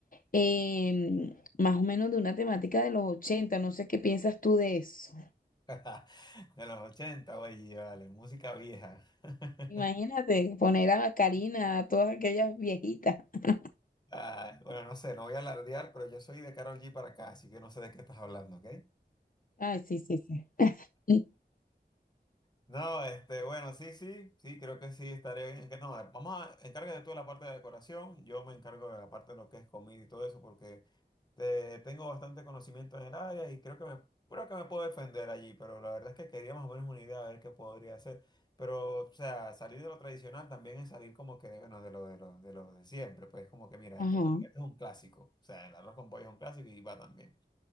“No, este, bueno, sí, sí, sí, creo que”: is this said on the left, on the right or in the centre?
Left